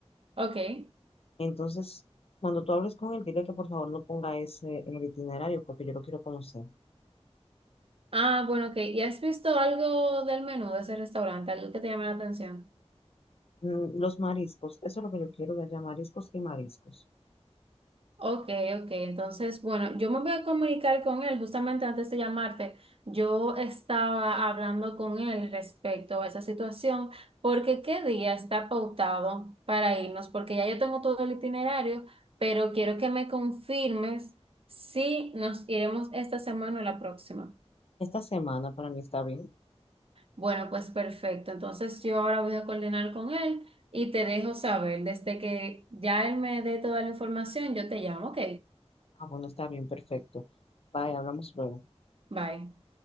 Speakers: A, on the right; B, on the left.
A: ok.
B: Entonces, cuando tú hables con él, dile que por favor no ponga ese en el itinerario porque yo lo quiero conocer.
A: Ah, bueno, ok. ¿Y has visto algo del menú de ese restaurante, algo que te llama la atención?
B: Mm, Los mariscos, eso es lo que yo quiero de allá, mariscos y mariscos.
A: Ok, ok. Entonces, bueno, yo me voy a comunicar con él justamente antes de llamarte. Yo estaba hablando con él respecto a esa situación, porque qué día está pautado para irnos, porque ya yo tengo todo el itinerario, pero quiero que me confirmes si nos iremos esta semana o la próxima.
B: Esta semana para mí está bien.
A: Bueno, pues perfecto. Entonces yo ahora voy a coordinar con él y te dejo saber. Desde que ya él me dé toda la información, yo te llamo. Ok,
B: Ah, bueno, está bien, perfecto. Bye, hablamos luego.
A: bye.